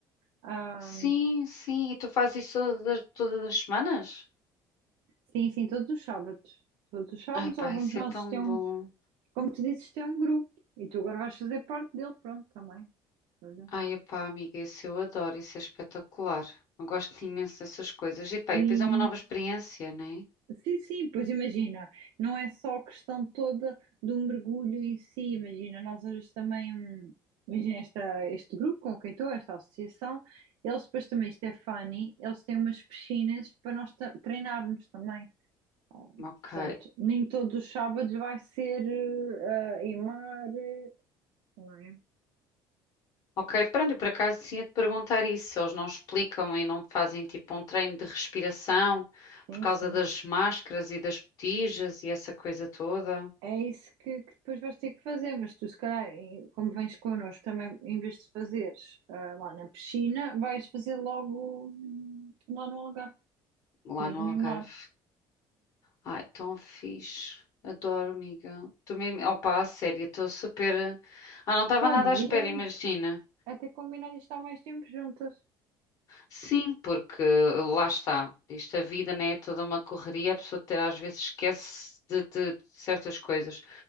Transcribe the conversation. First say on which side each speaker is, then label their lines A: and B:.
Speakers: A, on the right; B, on the left.
A: Ah,
B: Sim, sim. E tu fazes isso todas, as- todas as semanas?
A: sim, sim, todos os sábados. Todos os sábados
B: Ai, pá,
A: lá vamos
B: isso
A: nós
B: é tão
A: ter
B: bom.
A: Como tu dizes, tem um grupo e tu agora vais fazer parte dele, pronto, também. Olha.
B: Ai, pá, amiga, isso eu adoro, isso é espetacular. Eu gosto imenso dessas coisas. E pá,
A: E
B: e depois é uma nova experiência, né?
A: sim, sim, pois imagina, não é só a questão toda do mergulho em si, imagina, nós hoje também, hum, imagina esta, este grupo com quem estou, esta associação, eles depois também, isto é funny, eles têm umas piscinas para nós ta- treinarmos também. Ah,
B: Ok.
A: Portanto, nem todos os sábados vai ser eh, ah, em mar, eh, não é?
B: Ok, pronto, eu por acaso tinha de perguntar isso, se eles não explicam e não fazem tipo um treino de respiração
A: Sim,
B: por causa
A: sim.
B: das máscaras e das botijas e essa coisa toda
A: É isso que, que depois vais ter que fazer, mas tu, se calhar, em- como vens connosco, também, em vez de fazeres ah, lá na piscina, vais fazer logo hum, lá no Algarve,
B: lá
A: mesmo
B: no
A: em
B: Algarve.
A: mar.
B: Ai, tão fixe. Adoro, amiga. Tô mesmo... Opa, a sério, estou super. Ah, não estava
A: Já
B: nada
A: devíamos
B: à espera, imagina.
A: até combinar isto há mais tempo juntas.
B: Sim, porque eh, lá está. Isto, a vida, né? É toda uma correria. A pessoa até às vezes esquece de, de certas coisas.